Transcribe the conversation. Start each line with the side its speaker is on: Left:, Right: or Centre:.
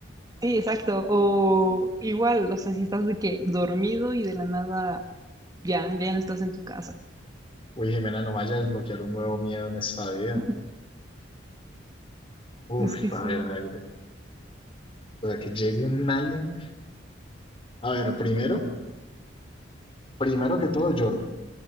Right: Sí, exacto. O igual, o sea, si estás de que dormido y de la nada ya, ya no estás en tu casa.
Left: Uy, Jimena, no vaya a desbloquear un nuevo miedo en esta vida.
Right: <laughs>
Left: Uf,
Right: Es que sí.
Left: a ver, a ver. O sea, que llegue un alien. A ver, primero, primero que todo lloro.